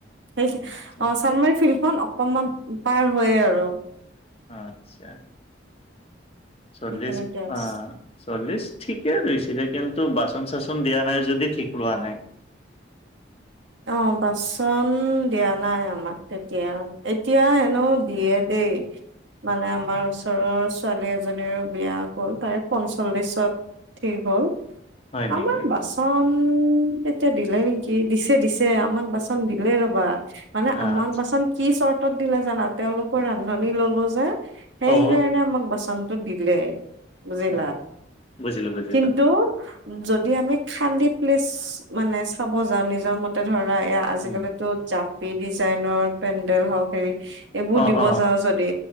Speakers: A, on the right; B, on the left.
A: সেই
B: আচ্ছা।
A: অ চানমাৰী ফিল্ডখন অকনমান পাৰ হৈয়ে আৰু।
B: আচ্ছা চল্লিশ
A: সেইখিনিতে আছে
B: আ চল্লিছ ঠিকে ৰুইছিলে কিন্তু বাচন চাচন দিয়া নাই যদি ঠিক ৰোৱা নাই।
A: অ বাচন দিয়া নাই আমাক তেতিয়া। এতিয়া এনেও দিয়ে দেই, মানে আমাৰ ওচৰৰ ছোৱালী এজনীৰো বিয়া গ'ল, তাই পঞ্চল্লিশত ঠিক হ'ল।
B: হয়
A: আমাৰ
B: নেকি
A: বাচন তেতিয়া দিলে নেকি দিছ। দিছে আমাক বাচন দিলে ৰবা, মানে
B: আচ্ছা,
A: আমাক বাচন কি চৰ্তত দিলে জানা তেওঁলোকৰ ৰান্ধনি ললো যে সেই
B: অ
A: কাৰণে আমাক বাচন টো দিলে বুজিলা
B: আচ্ছা বুজিলো বুজিলো
A: কিন্তু যদি আমি খান্দি প্লেচ মানে চাব যাওঁ নিজৰ মত তে ধৰা এ আজিকালিটো
B: উম
A: জাপি ডিজাইনৰ পেণ্ডেল হওক হেৰি এইবোৰ
B: অ
A: দিব
B: অ
A: যাওঁ যদি